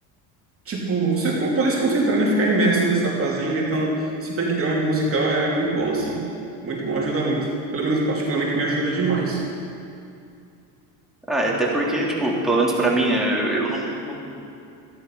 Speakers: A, on the right (about 30°); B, in the centre.
A: tipo, você poder se concentrar, né? Ficar imerso no que você está fazendo. Então, esse background musical é muito bom, assim. Muito bom, ajuda muito. Pelo menos, particularmente, me ajuda demais.
B: Ah, é até porque, tipo, pelo menos pra mim, né? Eu, eu não, não,